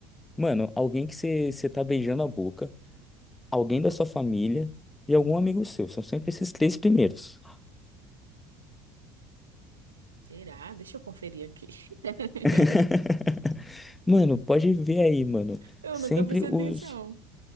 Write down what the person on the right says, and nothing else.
Será? Deixa eu conferir aqui. <laughs>
Eu
nunca prestei
atenção.